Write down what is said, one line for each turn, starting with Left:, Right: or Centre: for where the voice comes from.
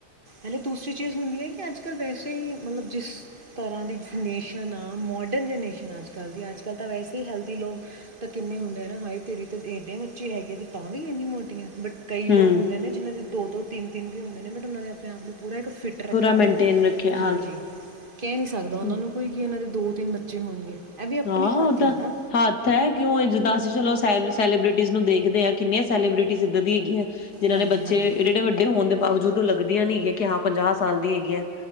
Right: ਹਨ ਦੂਸਰੀ ਚੀਜ਼ ਹੁੰਦੀ ਹੈ ਕਿ ਅੱਜੱਲ ਅੱਜ ਕੱਲ ਵੈਸੇ ਹੀ ਮਤਲਬ ਜਿਸ ਤਰ੍ਹਾਂ ਦੀ ਜਨਰੇਸ਼ਨ ਆ ਮੋਡਰਨ ਜਨਰੇਸ਼ਨ ਆ ਅੱਜ ਕੱਲ੍ਹ ਦੀ ਅੱਜ ਕੱਲ੍ਹ ਤਾਂ ਵੈਸੇ ਹੀ ਹੈਲਦੀ ਲੋਕ ਤਾਂ ਕਿੰਨੇ ਹੁੰਦੇ ਆ ਨਾ ਹਾਏ ਤੇਰੀ ਤਾਂ ਇਏਡੇ ਬੱਚੇ ਹੈਗੇ ਤਾਂ ਤਾਂ ਵੀ ਇੰਨੀ ਮੋਟੀਆਂ ਬਟ ਕਈ ਲੋਕ
Left: ਹੂੰ,
Right: ਹੁੰਦੇ ਨੇ ਜਿਨ੍ਹਾਂ ਦੇ ਦੋ ਦੋ ਤਿੰਨ ਤਿੰਨ ਵੀ ਹੁੰਦੇ ਨੇ, ਬਟ ਉਹਨਾਂ ਨੇ ਆਪਣੇ ਆਪ ਨੂੰ ਪੂਰਾ ਇੱਕ ਫਿੱਟ ਰੱਖਿਆ
Left: ਪੂਰਾ ਮੇਨਟੇਨ
Right: ਹੁੰਦਾ ਨਾ,
Left: ਰੱਖਿਆ
Right: ਹਾਂਜੀ ਕਹਿ ਨਹੀਂ ਸਕਦਾ ਉਹਨਾਂ
Left: ਹੂੰ,
Right: ਨੂੰ ਕੋਈ ਕੀ ਇਹਨਾਂ ਦੇ ਦੋ ਤਿੰਨ ਬੱਚੇ ਹੋਣਗੇ ਵੀ ਆਪਣੇ
Left: ਹਾਂ
Right: ਹੱਥ
Left: ਉਹ ਤਾਂ
Right: ਆ ਨਾ
Left: ਹੱਥ ਹੈ ਕਿਉਂ ਜਿੱਦਾਂ ਅਸੀਂ ਚਲੋ ਸੈਬ ਸੈਲੀਬ੍ਰਿਟੀਜ਼ ਨੂੰ ਦੇਖਦੇ ਆ ਕਿੰਨਿਆਂ ਸੈਲੀਬ੍ਰਟੀਜ਼ ਇੱਦਾਂ ਦੀਆਂ ਹੈਂਗੀਆ ਜਿਨ੍ਹਾਂ
Right: ਹਾਂਜੀ
Left: ਨੇ ਬੱਚੇ
Right: ਹਾਂਜੀ
Left: ਏਡੇ- ਏਡੇ ਵੱਡੇ ਹੋਣ ਦੇ ਬਾਵਜੂਦ ਲੱਗਦੀਆਂ ਨਹੀਂ ਹੈ ਕਿ ਹਾਂ ਪੰਜਾਹ ਸਾਲ ਦੀਆਂ ਹੈਗੀਆਂ